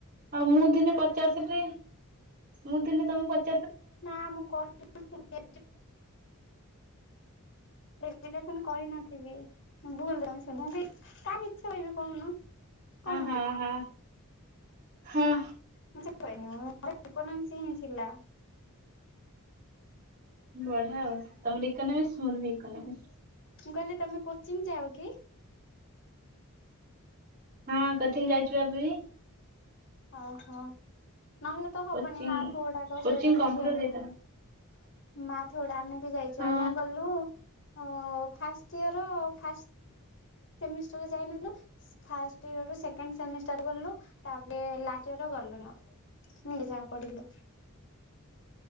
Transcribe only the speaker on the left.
ନା ମୁଁ କହିନି <unintelligible> ଏଯୁକେଶନ କହିନଥି ଥିବି ଭୁଲ ତମେ ଶୁଣ କାଇଁ ମିଛା କିବି କହୁନ? କଣ ମିଳିବ?
ମୁଁ ସେ କହିନି ମୋର ଇକୋନୋମିକସ୍ ହିଁ ଥିଲା।
ମୁଁ କହିଲି ତମେ କୋଚିଂ ଯାଅ କି?
ଓହୋ। ନହେଲେ ତ ହବନି
ମ୍ୟାଥ୍ ଗୁଡାକ
ସେଗୁଡା ବୁଝିବାକୁ
ପଡିବ। ମ୍ୟାଥ୍ ଗୁଡା ଆମେ ଯାଇଛୁ
ଆମେ ଗଲୁ। ଓ ଫାଷ୍ଟ ଇୟର ଫାଷ୍ଟ ସେମିଷ୍ଟାର୍ ରେ ଯାଇନଥିଲୁ ଫା <unintelligible> ରୁ ସେକେଣ୍ଡ ସେମିଷ୍ଟାର ଗଲୁ ତାପରେ ଲାଷ୍ଟ ଇୟର ରେ ଗଲୁନୁ ଆଉ <unintelligible> ଯାହା ପଢ଼ିଲୁ।